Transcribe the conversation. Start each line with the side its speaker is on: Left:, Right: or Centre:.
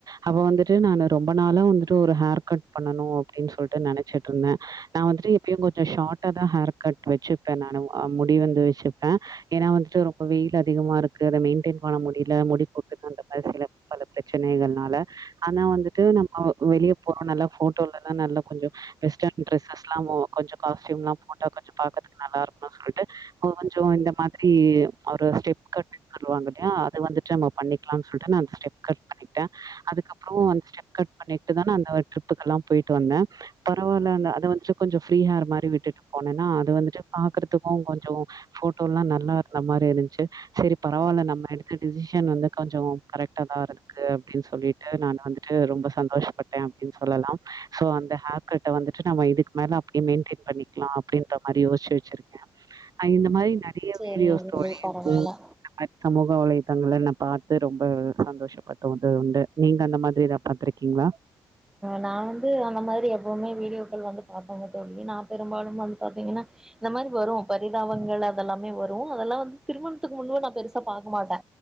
Right: அப்ப வந்துட்டு நானு ரொம்ப நாளா வந்துட்டு ஒரு ஹேர் கட் பண்ணணும் அப்படின்னு சொல்லிட்டு நெனைச்சிட்டு இருந்தேன் நான் வந்துட்டு எப்பயும் கொஞ்சோ ஷாட்டா தா ஹேர் கட் வச்சுப்பேன் நானு முடி வந்து வச்சுப்பேன் ஏன்னா வந்துட்டு ரொம்ப வெயில் அதிகமா இருக்கு அதை மெயின்டென் பண்ண முடியல முடி கொட்டுது அந்த மாதிரி சில பல பிரச்ச ச்சினைகள்னால ஆனா வந்துட்டு நம்ம வெளிய போறோம் நல்லா ஃபோட்டோலல்லாம் நல்லா கொஞ்சோ வெஸ்டர்ன் டிரஸஸ்லாமோ கொஞ்சோ காஸ்ட்யூம் எல்லாம் போட்டா கொஞ்சோ பாக்றதுக்கு நல்லா இருக்கணும்னு சொல்லிட்டு கொஞ்சோ இந்த மாதிரி ஒரு ஸ்டெப் கட்னு சொல்வாங்க இல்லையா அது வந்துட்டு நம்ம பண்ணிக்கலாம்னு சொல்லிட்டு நான் அந்த ஸ்டெப் கட் பண்ணிட்டேன் அதுக்கப்றம் ஸ்டெப் கட் பண்ணிட்டு தான அந்த ட்ரிப்புக்கு எல்லா போயிட்டு வந்தேன் பரவாயில்ல அந்த அத வந்துட்டு கொஞ்சோ ஃப்ரீ ஹேர் மாதிரி விட்டுட்டு போனேன்னா அது வந்துட்டு பாக்கறதுக்கும் கொஞ்சோ ஃபோட்டோ எல்லா நல்லா இருந்த மாதிரி இருந்துச்சு சரி பரவாயில்ல நம்ம எடுத்த டிெசிஷன் வந்து கொஞ்சோ கரெக்டா தான் இருக்கு அப்படின்னு சொல்லிட்டு நான் வந்துட்டு ரொம்ப சந்தோஷப்பட்டேன் அப்படின்னு சொல்லலாம் சோ அந்த ஹேர் கட்ட வந்துட்டு நம்ம இதுக்கு மேல அப்படியே மெயின்டென் பண்ணிக்கலாம் அப்படின்ற மாதிரி யோசிச்சி வெச்சிருக்கேன் இந்த மாரி நெறைய
Centre: சேரிங்க
Right: வீடியோஸ் தோழி இருக்
Centre: பரவால்ல
Right: இந்த மாதிரி சம்பவம் <unintelligible> பாத்து ரொம்ப சந்தோஷப்பட் தோணுதுண்டு நீங்க அந்த மாதிரி ஏதாவது பாத்துருக்கீங்களா
Centre: நா வந்து அந்த மாரி எப்பவுமே வீடியோக்கள் வந்து பாத்தாங்க தோழி நா பெருபாலும் வந்து பாத்தீங்கனா இந்த மாரி வரு பரிதாபங்கள் அதெல்லாமே வரு அதெல்லா வந்து திருமணத்துக்கு முன்பு நா பெருசா பாக்க மாட்டே